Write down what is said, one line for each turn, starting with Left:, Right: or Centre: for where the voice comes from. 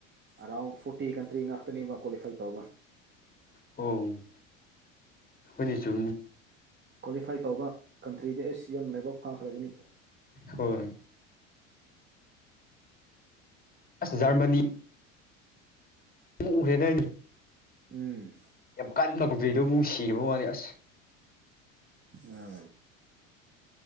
Right: ꯑꯔꯥꯎꯟ ꯐꯣꯔꯇꯤ ꯀꯟꯇ꯭ꯔꯤ ꯉꯥꯛꯇꯅꯦꯕ ꯀ꯭ꯋꯥꯂꯤꯐꯥꯏ ꯇꯧꯕ
Left: ꯑꯣ ꯍꯅꯆ
Right: ꯀ꯭ꯋꯥꯂꯤꯐꯥꯏ ꯇꯧꯕ ꯀꯟꯇ꯭ꯔꯤꯗ ꯑꯦꯁ ꯁꯤ ꯑꯦꯝ ꯂꯥꯏꯕꯛ ꯐꯥꯈ꯭ꯔꯒꯅꯤ
Left: ꯍꯣꯏ ꯑꯁ ꯖꯔꯃꯅꯤ ꯎ ꯍꯦꯔꯗꯤ
Right: ꯎꯝ
Left: ꯌꯥꯝ ꯀꯟꯅ ꯂꯧꯧꯗ꯭ꯔꯤꯗꯣ ꯑꯃꯨꯛ ꯁꯤꯈꯤꯕ ꯃꯥꯂꯦ ꯑꯁ
Right: ꯎꯥ